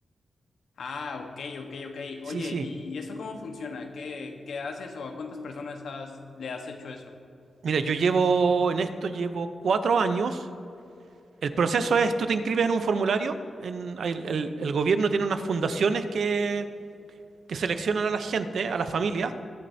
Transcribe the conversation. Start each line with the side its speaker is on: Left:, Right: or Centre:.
Left: Ah, ok, ok, ok.
Right: Sí,
Left: Oye,
Right: sí.
Left: ¿y eso cómo funciona? ¿Qué, qué haces o a cuántas personas has, le has hecho eso?
Right: Mira, yo llevo, en esto llevo cuatro años. El proceso es, tú te inscribes en un formulario, en, el, el- el gobierno tiene unas fundaciones que, que seleccionan a la gente, a la familia.